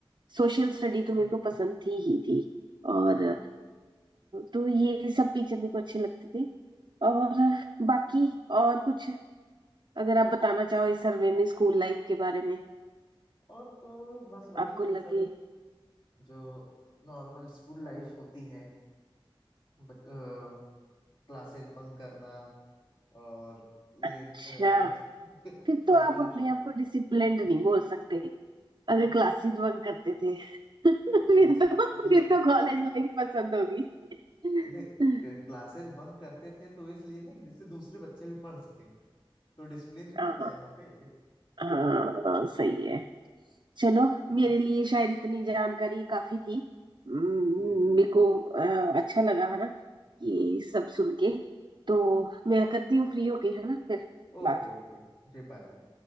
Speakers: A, on the right; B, on the left.
A: सोशल स्टडी तो मेरे को पसंद थी ही थी और
B: हाँ
A: अ, तो ये सब टीचर मेरे को अच्छे लगते थे और बाकी और कुछ अगर आप बताना चाहो इस सर्वे में स्कूल लाइफ के बारे में
B: और तो बस वही
A: आपको लगे
B: है सब जो नॉर्मल स्कूल लाइफ होती है क्लासेस बंक करना और
A: अच्छा
B: लेट अ, जब <laughs>
A: फिर
B: क्लासेस
A: तो आप अपने आप को डिसिप्लिन्ड नहीं बोल सकते अगर
B: नहीं
A: क्लासेस बंक करते थे <laughs> फिर
B: डिस,
A: तो
B: डिस,
A: फिर तो कॉलेज लाइफ पसंद होगी <laughs>
B: नहीं क्लासेस बंक करते थे तो इसलिए ना जिससे दूसरे बच्चे भी पढ़ सके तो डिसिप्लिन हुआ
A: हाँ
B: ना यहाँ पे
A: हाँ सही है चलो मेरे
B: <laughs>
A: लिए शायद इतनी जानकारी काफी थी हम्म,
B: जी
A: मेरे को अ, अच्छा लगा है ना ये सब सुन के तो मैं करती हूँ फ्री होके है ना फिर
B: ओके
A: बात
B: ओके जी बाय बाय